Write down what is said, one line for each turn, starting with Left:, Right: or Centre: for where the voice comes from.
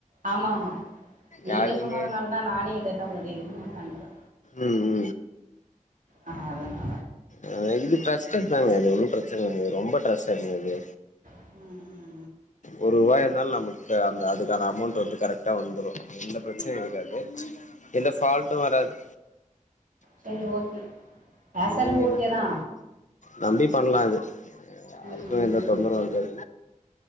Right: ஆமா ஆமா நீங்க
Left: யாருக்குமே
Right: சொன்னதுனால தா நானே இத <inaudible> தைரியமா பண்றே
Left: ம் ம்
Right: ஆ அ தானா
Left: ஆ இது ட்ரஸ்டட் தாங்க அது ஒன்னு ப்ரச்சன இல்ல ரொம்ப ட்ரஸ்டடுங்க இது
Right: ம் ம்
Left: ஒரு வாய இருந்தாலு நம்முக்கு அந்த அதுக்கான அமௌண்ட் வந்து கரெக்டா வந்துரு எந்த ப்ரச்சனையு இருக்காது எந்த ஃபால்ட்டு வராது
Right: செரி ஓகே பேசறது
Left: நீங்க
Right: ஓகேதா
Left: என்ன நம்பி பண்லா இது யாருக்கு
Right: ம் ம்
Left: எந்த தொந்தரவு
Right: ம்
Left: இருக்காது